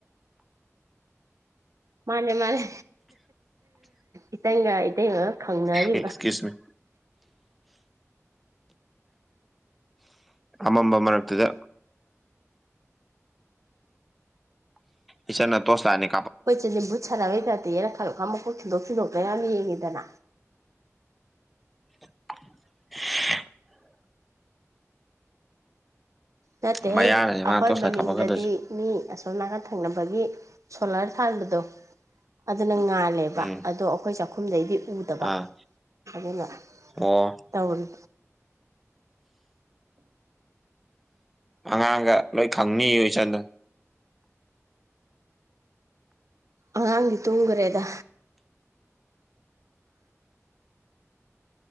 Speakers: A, on the right; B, in the centre.
A: ꯃꯥꯅꯦ ꯃꯥꯅꯦ ꯏꯇꯪꯒ ꯏꯇꯩꯃꯒ ꯈꯪꯅꯔꯤꯕ
B: ꯑꯦꯛꯁꯀ꯭ꯌꯨꯁ ꯃꯤ
A: <inaudible>
B: ꯑꯃꯝꯕ ꯃꯔꯛꯇꯨꯗ ꯏꯆꯟꯅ ꯇꯣꯁ ꯂꯥꯏꯠꯅꯤ
A: ꯀꯣꯏ ꯆꯦꯗꯤ ꯕꯨꯠ ꯁꯥꯅꯕꯩ ꯇꯥꯞꯇ ꯌꯦꯅꯛ ꯈꯔ ꯈ ꯃꯈꯨꯠ ꯊꯤꯟꯗꯣꯛ ꯊꯤꯟꯗꯣꯛꯇꯅ ꯌꯥꯝ ꯌꯦꯡꯉꯤꯗꯅ
B: <inaudible>
A: ꯅꯠꯇꯦꯍꯦ
B: ꯃꯌꯥꯅꯁꯦ ꯃꯥꯅ
A: ꯑꯩꯈꯣꯏ
B: ꯇꯣꯁ
A: ꯃꯅꯤꯡꯗꯗꯤ
B: ꯂꯥꯏꯠ ꯀꯥꯞꯄꯛꯀꯗꯣꯏꯁꯦ
A: ꯃꯤ ꯑ ꯑꯁꯣꯝ ꯅꯥꯀꯟ ꯊꯪꯅꯕꯒꯤ ꯁꯣꯂꯔ ꯊꯥꯟꯕꯗꯣ ꯑꯗꯨꯅ ꯉꯥꯜꯂꯦꯕ
B: ꯎꯝ
A: ꯑꯗꯣ ꯑꯩꯈꯣꯏ ꯆꯥꯛꯈꯨꯝꯗꯩꯗꯤ ꯎꯗꯕ
B: ꯑꯥ
A: ꯑꯗꯨꯅ
B: ꯑꯣ
A: ꯇꯧꯔꯤ
B: ꯑꯉꯥꯡꯒ ꯂꯣꯏ ꯈꯪꯅꯤꯌꯨ ꯏꯆꯟꯗꯣ
A: ꯑꯉꯥꯡꯗꯤ ꯇꯨꯡꯒꯔꯦꯗ